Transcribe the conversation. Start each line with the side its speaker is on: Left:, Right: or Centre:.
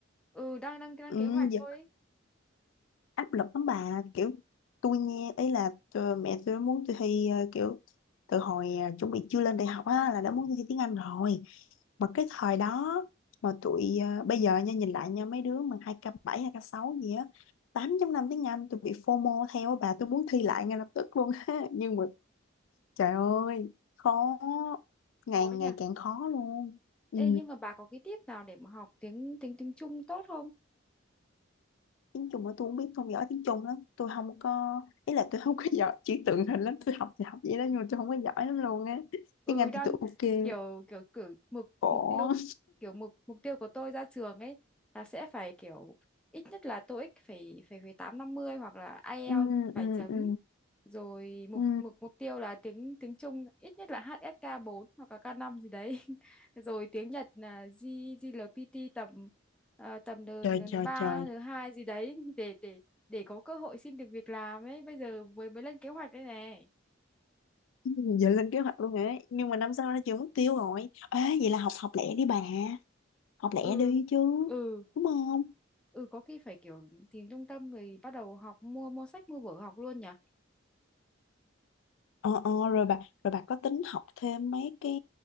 Centre: ừ đang đang đang
Left: ừ,
Centre: kế hoạch
Left: giờ
Centre: thôi ấy.
Left: áp lực lắm bà kiểu tôi nghe ấy là ờ, mẹ tôi muốn tôi thi ờ, kiểu từ hồi ờ, chuẩn bị chưa lên đại học á là đã muốn tôi thi tiếng Anh rồi mà cái thời đó mà tụi ờ, bây giờ nha nhìn lại nha mấy đứa mà hai k bảy hai k sáu gì á tám chấm năm tiếng Anh tôi bị FOMO theo á bà tôi muốn thi lại ngay lập tức luôn <laughs> á nhưng mà Trời ơi, khó, ngày
Centre: Khó
Left: ngày
Centre: nhỉ.
Left: càng khó luôn. Ừ,
Centre: Ê nhưng mà bà có cái tip nào để mà học tiếng tiếng tiếng Trung tốt không?
Left: tiếng Trung mà tôi không biết, tôi không giỏi tiếng Trung lắm. Tôi không có, ý là tôi không có <laughs> giỏi chữ tượng hình lắm. Tôi học thì học vậy đó, nhưng mà tôi không có giỏi lắm luôn á.
Centre: ừ
Left: Tiếng Anh
Centre: đang
Left: thì tôi ok,
Centre: kiểu kiểu cử mục
Left: khổ.
Centre: mục tiêu kiểu mục mục tiêu của tôi ra trường ấy là sẽ phải kiểu ít nhất là TOEIC phải phải phải tám năm mươi hoặc là IELTS
Left: Ừ,
Centre: bảy
Left: ừ,
Centre: chấm
Left: ừ,
Centre: rồi mục
Left: ừ.
Centre: mục mục tiêu là tiếng tiếng Trung ít nhất là HSK 4 hoặc là k năm gì đấy <laughs> rồi tiếng Nhật là G GLPT tầm à, tầm N
Left: Trời,
Centre: n
Left: trời,
Centre: ba
Left: trời.
Centre: n hai gì đấy <laughs> để để để có cơ hội xin được việc làm ấy bây giờ mới mới lên kế hoạch đây này
Left: Ừ, Giờ lên kế hoạch luôn ấy. Nhưng mà năm sau ra trường mất tiêu rồi. Ê, vậy là học học lẻ đi bà. Học lẻ
Centre: ừ
Left: đi chứ.
Centre: ừ
Left: Đúng không?
Centre: ừ có khi phải kiểu tìm trung tâm rồi bắt đầu học mua mua sách mua vở học luôn nhỉ
Left: Ờ, ờ, rồi bà rồi bà có tính học thêm mấy cái